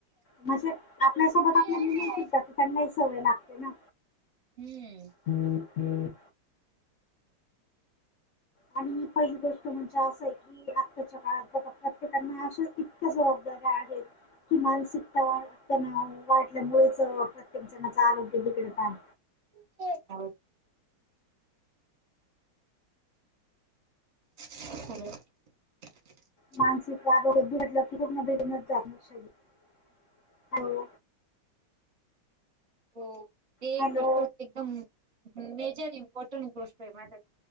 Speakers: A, on the left (about 65°); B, on the right (about 30°).
A: म्हणजे आपल्यासोबत
B: हम्म.
A: आपल्या मुली फिरतात त्यांनाही सवय लागते ना
B: हम्म
A: हम् हम् आणि पहिली गोष्ट म्हणजे असं आहे की आताच्या काळात बघ त्यांना अशा इतक्या जबाबदऱ्या आहेत की माण शिकता वाटल्यामुळेच प्रत्येक जणाचं आरोग्य बिघडत आहे
B: <inaudible> ह
A: मानसिक आरोग बिघडलं की पूण बेघूनच जाण्या श
B: हो ते
A: हॅलो
B: गोष्ट एकदम मेजर इम्पॉर्टंट गोष्ट आहे माझ्या